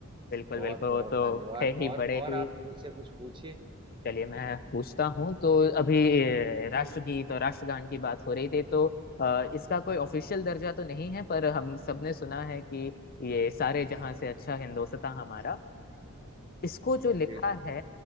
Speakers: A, on the left (about 40°); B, on the right (about 20°).
A: बिल्कुल
B: बहुत
A: बिल्कुल
B: बहुत
A: वो तो
B: धन्यवाद
A: थे ही
B: और
A: बड़े
B: और
A: ही
B: आप मुझसे कुछ पूछिए
A: चलिए मैं पूछता हूँ तो अभी अ, राष्ट्रगीत और राष्ट्रगान की बात हो रही थी तो अ, इसका कोई ऑफिशियल दर्जा तो नहीं है पर हम सबने सुना है कि ये सारे जहां से अच्छा हिंदोसतां हमारा इसको जो लिखा
B: जी
A: है